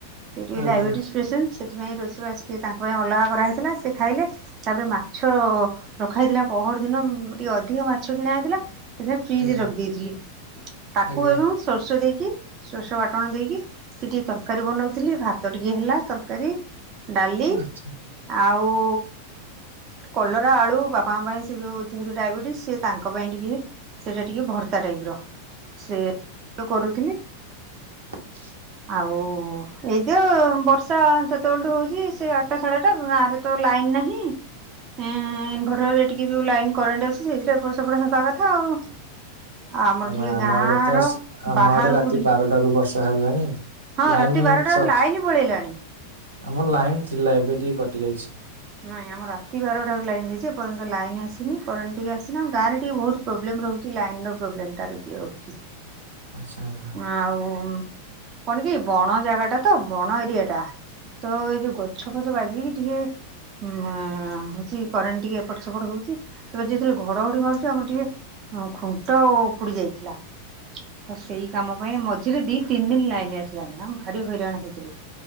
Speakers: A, on the right; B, on the right.
A: ସେ ଟିକେ
B: ଆଜ୍ଞା
A: ଡାଇବେଟିସ୍ ପେସେଣ୍ଟ ସେଥିପାଇଁ ରୋଷେଇବାସ୍ ସିଏ ତାଙ୍କ ପାଇଁ ଅଲଗା କରାହେଇଥିଲା ସେ ଖାଇଲେ। ତାପରେ ମାଛ ରଖା ହେଇଥିଲା ପହର ଦିନ ଟିକେ ଅଧିକ ମାଛ କିଣା ହେଇଥିଲା ସେ ଫ୍ରିଜରେ
B: ଆଜ୍ଞା
A: ରଖିଦେଇଥିଲି। ତାକୁ
B: ଆଜ୍ଞା
A: ଏବଂ ସୋରିଷ ଦେଇକି ସୋରିଷ ବାଟଣ ଦେଇକି ସେ ଟିକେ ତରକାରୀ ବନଉଥିଲି। ଭାତ ଟିକେ ହେଲା ତରକାରୀ ଡାଲି
B: ଆଚ୍ଛା।
A: ଆଉ କଲରା ଆଳୁ ବାପାଙ୍କ ପାଇଁ ସେ ଯୋଉ ଯେହେତୁ ଡାଇବେଟିସ ସେ ତାଙ୍କ ପାଇଁ ଟିକେ ସେଇଟା ଟିକେ ଭର୍ତ୍ତା ଟାଇପର। ସେଇଆ କୁ କରୁଥିଲି
B: <inaudible>
A: ଆଉ ଏଇତ ବର୍ଷା ସେତେବେଳଠୁ ହଉଚି। ସେ ଆଠଟା ସାଢେ ଆଠ ଟା ଗାଁ ରେ ତ ଲାଇନ ନାହିଁ ଏଁ ଇନଭରଟର ରେ ଟିକେ ଯୋଉ ଲାଇନ କରେଣ୍ଟ ଅଛି ସେଇଥିରେ ଏପଟ ସେପଟ ହେବା କଥା ଆଉ। ଆଉ ଆମର
B: ନାଇଁ
A: ଟିକେ
B: ମା ଆମ
A: ଗାଁ
B: ଆଡେ ତ
A: ର
B: ଆମ
A: ବାହାରକୁ
B: ଆଡେ ରାତି
A: ଟିକେ
B: ବାରଟାରୁ ବର୍ଷା ହେଲାଣି।
A: ହଁ
B: ଲାଇନ
A: ରାତି ବାରଟା
B: ସକ୍
A: ବେଳୁ ଲାଇନ ପଳେଇଲାଣି।
B: ଆମର ଲାଇନ ଥିଲା ଏବେ ଟିକେ କଟି ଯାଇଛି।
A: ନାଇଁ ଆମର ରାତି ବାରଟାରୁ ଲାଇନ ଯାଇଚି। ଏ ପର୍ଯ୍ୟନ୍ତ ଲାଇନ ଆସିନି କରେଣ୍ଟ ଟିକେ ଆସିନି। ଆଉ ଗାଁରେ ଟିକେ ବହୁତ ପ୍ରୋବ୍ଲେମ ରହୁଛି ଲାଇନ ର ପ୍ରୋବ୍ଲେମ ଟା ଟିକେ ରହୁଛି।
B: ଆଚ୍ଛା।
A: ଆଉ କଣ କି ବଣ ଜାଗା ଟା ତ ବଣ ଏରିଆ ଟା। ତ ଏଇ ଯୋଉ ଗଛ ଫଛ ବାଜିକି ଟିକେ ମ ହଉଛି କରେଣ୍ଟ ଟିକେ ଏପଟ ସେପଟ ହଉଚି। ତ ଯେତେବେଳେ ଘଡଘଡି ମାରୁଛି ଆମର ଟିକେ ହଁ ଖୁଣ୍ଟ ଉପୁଡି ଯାଇଥିଲା। ତ ସେଇ କାମ ପାଇଁ ମଝିରେ ଦି ତିନି ଦିନ ଲାଇନ ଆସିଲାନି ଆମେ ଭାରି ହଇରାଣ ହେଇଥିଲୁ।